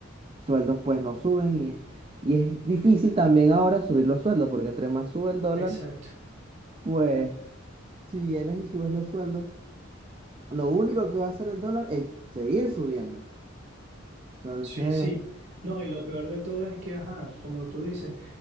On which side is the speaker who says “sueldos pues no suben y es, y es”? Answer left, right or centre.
Right